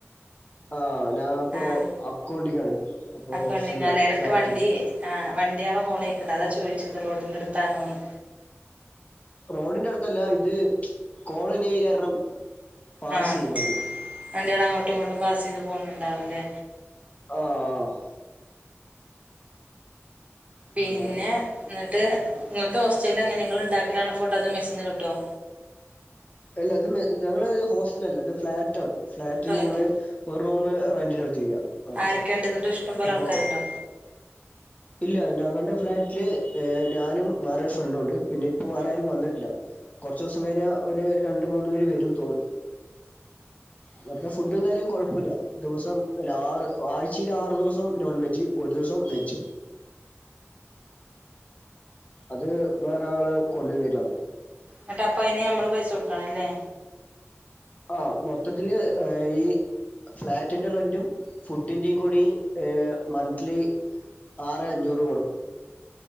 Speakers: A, on the left; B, on the right.
A: ആഹ് ഞാപ്പോ
B: ആഹ്
A: അക്കൗണ്ടിങ്ങാണ് അപ്പോ
B: അക്കൗണ്ടിങ്
A: ഹോസ്റ്റൽലാ
B: അല്ല എടക്ക്
A: ഫ്ളാറ്റില്
B: വണ്ടി ആഹ് വണ്ടിയാളെ ഹോണേക്ക്ണ്ട് അതാ ചോയിച്ചത് റോഡിന്റെട്ത്താണോന്ന്
A: റോഡിന്റടുത്തല്ല ഇത് <unintelligible> കോളനിയായ് കാരണം പാസ്
B: ആഹ്
A: ചെയ്യും വണ്ടി
B: വണ്ടിയാള് അങ്ങോട്ടുങ്ങോട്ടും പാസെയ്ത് പോണ് ണ്ടാവുംല്ലെ
A: ആഹ് ആഹ്
B: പിന്നെ
A: അങ്ങനെ
B: ന്ന്ട്ട് ങ്ങക്ക് ഹോസ്റ്റലിലെങ്ങനെ ങ്ങള് ഇണ്ടാക്കലാണോ ഫുഡ് അതോ മെസ്സിന്ന് കിട്ടുവോ
A: അല്ല അത് മെ ത ങ്ങള് ഇഹ് ഹോസ്റ്റലല്ല ഇത് ഫ്‌ളാറ്റാണ് ഫ്ലാറ്റിൽ
B: ഫ്ലാറ്റ്
A: നമ്മള് ഒരു റൂമ് റെൻ്റിടുത്തിരിക്ക ആഹ്
B: ആരൊക്കെ ഉണ്ട് എന്നിട്ട് ഇഷ്ടം പോലെ
A: അപ്പോ
B: ആൾക്കാരുണ്ടോ
A: ഇല്ല ഞങ്ങടെ ഫ്ളാറ്റില് ഏ ഞാനും വേറോരു ഫ്രണ്ടുണ്ട് പിന്നെയിപ്പോ വേറാരും
B: ആ
A: വന്നിട്ടില്ല കൊറച്ചുസം കഴിഞ്ഞാ ഒരു രണ്ട് മൂന്ന് പേര് വരും തോന്ന്ന്നു ഇവട്ത്തെ ഫുഡും കാര്യവും കൊഴപ്പൊല്ല ദിവസം ലാ ആ ആഴ്ചയില് ആറ് ദിവസം നോൺ വെജ്ജ് ഒരു ദിവസം വെജ്ജും അത് വേറാള് കൊണ്ട് വരുവാ
B: ന്നട്ടപ്പയ്ന് യമ്മള് പൈസൊട്ക്കണം ല്ലേ
A: ആഹ് മൊത്തത്തില് ഏഹ് ഈ ഫ്ലാറ്റിന്റെ റെന്റും ഫുഡിന്റെയും കൂടി ഏ മന്ത്ലി ആറെ അഞ്ഞൂറ് കൊട്ക്കണം